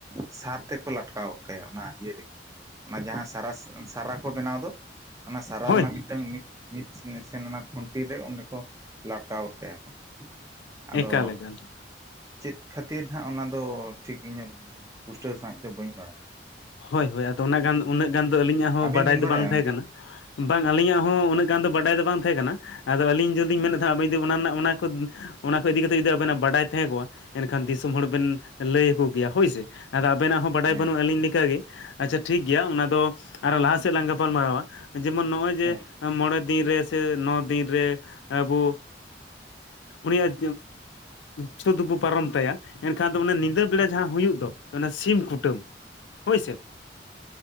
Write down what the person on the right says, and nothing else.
ᱥᱟᱨ ᱛᱮᱠᱚ ᱞᱟᱴᱠᱼᱟ ᱞᱟᱴᱠᱟᱣ ᱜᱟᱫ ᱠᱟᱭᱟ ᱚᱱᱟ ᱤᱭᱟᱹ ᱨᱮᱜᱮ ᱚᱱᱟ ᱡᱟᱦᱟᱸ ᱥᱟᱨᱟ ᱥᱟ- ᱥᱟᱨᱟ ᱠᱚ ᱵᱮᱱᱟᱣ ᱫᱚ ᱚᱱᱟ ᱥᱟᱨᱟ
ᱨᱮᱱᱟᱜ ᱢᱤᱫᱴᱟᱝ
ᱢᱤᱫ ᱢᱤᱫ ᱥᱮ-ᱥᱮᱱ ᱚᱱᱟ ᱠᱷᱩᱱᱴᱤ ᱨᱮ ᱚᱰᱮ ᱠᱚ ᱞᱟᱴᱠᱟᱣ ᱜᱚᱫ ᱠᱟᱭᱟ ᱠᱚ᱾ ᱟᱫᱚ
ᱪᱮᱫ ᱠᱷᱟᱹᱛᱤᱨ ᱦᱟᱜ ᱚᱱᱟ ᱫᱚ ᱴᱷᱤᱠ ᱤᱧ ᱦᱚᱸ ᱯᱩᱥᱴᱟᱹᱣ ᱥᱟᱦᱤᱡ ᱫᱚ ᱵᱟᱹᱧ ᱵᱟᱲᱟᱭᱟ᱾
ᱟᱹᱵᱤᱱ
ᱵᱤᱱ
ᱵᱟᱲᱟᱭᱟ
ᱜᱚᱝᱠᱮ
ᱦᱮᱸ
ᱦᱮᱸ
ᱦᱮᱸ